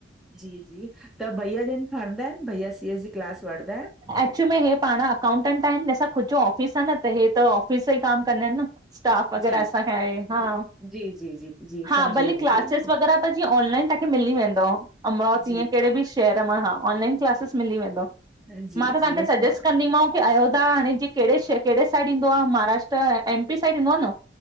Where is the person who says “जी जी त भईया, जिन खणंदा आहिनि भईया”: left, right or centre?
Centre